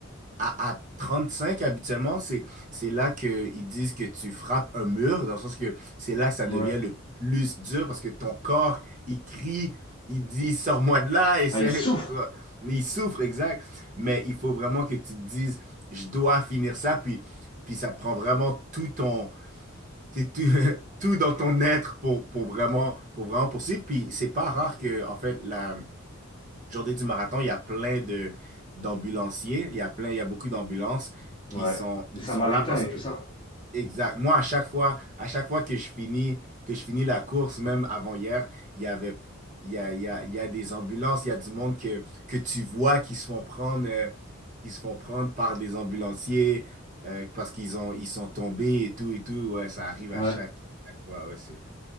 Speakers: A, on the right; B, on the left.
A: À, à 35, habituellement, c'est, c'est là qu'ils disent que tu frappes un mur, dans le sens que c'est là que ça
B: Ouais.
A: devient le plus dur parce que ton corps, il crie, il dit sors-moi de là, et c'est,
B: Ah, il souffre.
A: tu vois, il souffre, exact. Mais il faut vraiment que tu te dises je dois finir ça, puis, puis ça te prend vraiment tout ton, tu sais, tout, <laughs> tout dans ton être pour, pour vraiment, pour vraiment poursuivre. Puis c'est pas rare que, en fait, la journée du marathon, il y a plein de d'ambulanciers, il y a plein, il y a beaucoup d'ambulances qui
B: Ouais,
A: sont
B: les
A: qui
B: Samaritains
A: sont là parce
B: et
A: que
B: tout ça.
A: exact. Moi, à chaque fois, à chaque fois que je finis que je finis la course, même avant hier, il y avait il y a, il y a, il y a des ambulances, il y a du monde que que tu vois qui se font prendre euh, qui se font prendre par des ambulanciers euh, parce qu'ils ont ils sont tombés et tout et tout. Ouais, ça arrive
B: Ouais.
A: à chaque, chaque fois. Ouais, c'est